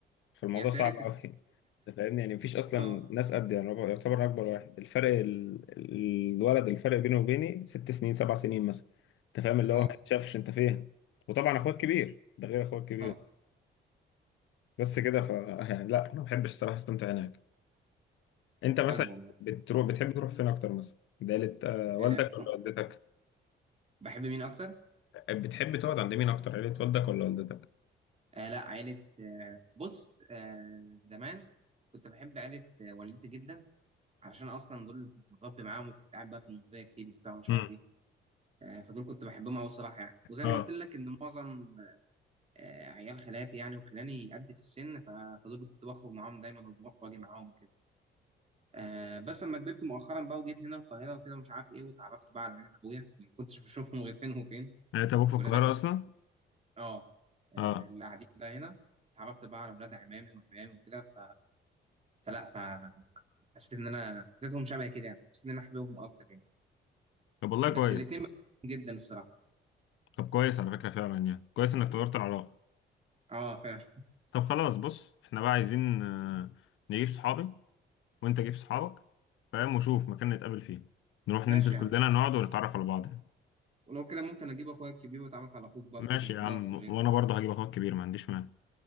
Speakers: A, on the left (about 80°); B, on the right (about 30°).
A: فالموضوع
B: يا ساتر
A: صعب قوي
B: <laughs>
A: انت فاهمني يعني مفيش اصلا
B: اه
A: ناس قد يعني هو يعتبر أنا اكبر واحد الفرق ال... ال- الولد الفرق بينه وبيني ست سنين سبع سنين مثلا انت فاهم اللي
B: اه
A: هو ما يتشافش انت فين وطبعا اخوك كبير ده غير اخوك كبير
B: اه
A: بس كده ف <laughs> يعني لا ما بحبش الصراحه استمتع هناك انت مثلا
B: حلو والله
A: بتروح بتحب تروح فين اكتر مثلا عيلة آه، والدك
B: آه،
A: ولا والدتك
B: بحب مين اكتر
A: بتحب تقعد عند مين اكتر عيلة والدك ولا والدتك
B: آه لا عيلة آه بص آه زمان كنت بحب عيلة آه والدتي جدا علشان أصلا دول اللي كنت متربي معاهم وكنت قاعد بقى في المنوفية كتير وبتاع ومش
A: امم
B: عارف إيه آه فدول كنت بحبهم أوي الصراحة يعني وزي
A: اه
B: ما قلت لك إن معظم آه عيال خالاتي يعني وخلاني قد في السن ف- فدول اللي كنت بخرج معاهم دايما وبروح وأجي معاهم وكده آه بس لما كبرت مؤخرا بقى وجيت هنا القاهرة وكده ومش عارف إيه واتعرفت بقى على عيلة أبويا اللي ما كنتش بشوفهم غير فين وفين
A: يعني انت ابوك في
B: ولاد
A: القاهره
B: عم-
A: اصلا
B: آه آه،
A: اه
B: اللي قاعدين بقى هنا اتعرفت بقى على ولاد عمامي وعمامي وكده ف فلا فحسيت ان انا حسيتهم شبه كده يعني حسيت ان انا حاببهم اكتر يعني
A: طب والله
B: بس
A: كويس
B: الاثنين جدا الصراحه
A: طب كويس على فكره فعلا يعني كويس انك طورت العلاقه
B: اه فاهم
A: طب خلاص بص احنا بقى عايزين آه، نجيب صحابي وانت جيب صحابك فاهم وشوف مكان نتقابل فيه نروح
B: ماشي
A: ننزل
B: يا عم
A: كلنا نقعد ونتعرف على بعض يعني.
B: ولو كده ممكن اجيب اخويا الكبير واتعرف على اخوك برضه
A: ماشي
B: ونقعد
A: يا عم
B: كلنا
A: وانا برضه هجيب اخوك كبير ما عنديش مانع